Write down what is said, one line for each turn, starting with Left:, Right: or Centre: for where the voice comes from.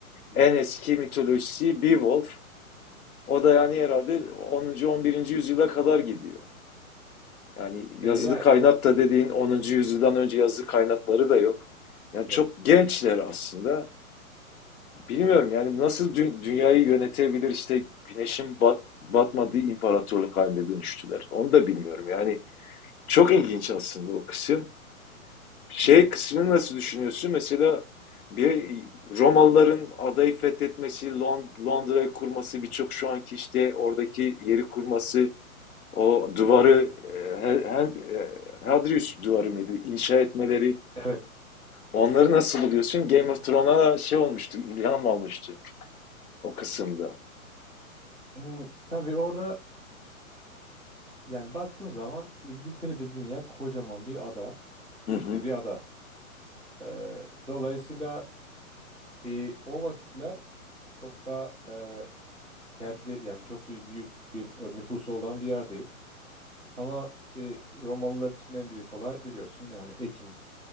Centre: yok.
Left: En eski mitolojisi Beowulf. O da yani herhalde onuncu 10 birinci yüzyıla kadar gidiyor. Yani yazılı
Centre: E, yani
Left: kaynak
Centre: o,
Left: da dediğin onuncu yüzyıldan önce yazılı kaynakları da yok. Yani
Centre: yok.
Left: çok gençler aslında. Bilmiyorum yani nasıl dü- dünyayı yönetebilir işte güneşin bat- batmadığı imparatorluk haline dönüştüler. Onu da bilmiyorum. Yani çok ilginç aslında o kısım. Şey
Centre: Hı hı.
Left: kısmını nasıl düşünüyorsun? Mesela bir Romalıların adayı fethetmesi, Lond- Londra'yı kurması, birçok şu anki işte oradaki yeri kurması, o duvarı, e, Hel- e, Hadrius duvarı mıydı? İnşa etmeleri.
Centre: Evet.
Left: Onları nasıl buluyorsun? Game of Thrones'a da şey olmuştu, ilham almıştı o kısımda.
Centre: E, tabii orada yani baktığın zaman İngiltere dediğin yer kocaman bir ada. Düz
Left: Hı hı,
Centre: de bir ada. E, dolayısıyla e, o vakitler çok da e, tercih yani çok da büyük bir nüfusu olan bir yer değil. Ama e, Romalılar için en büyük olay biliyorsun yani ekin